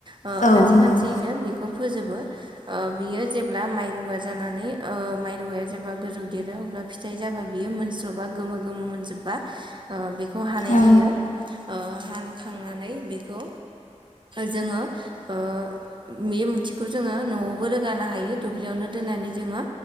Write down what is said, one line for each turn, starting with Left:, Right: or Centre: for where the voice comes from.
Right: ओ
Left: औ
Right: खानसे
Left: नंगौ
Right: खानसेयैनो बेखौ फोजोबो। ओ बियो जेब्ला माइ रुवा जानानै ओ माइ रुवाया जेब्ला गोजौ देरो अब्ला फिथाइ जाबा बियो मोनस्र'बा गोमो गोमो मोनजोब्बा ओ बे खौ हानाय
Left: औ
Right: जायो। ओ हानखांनानै बेखौ जोंङो ओ बेयो मुथिखौ जोंङो न'आवबो रोगानो हायो दुब्लियावनो दोननानै जोंङो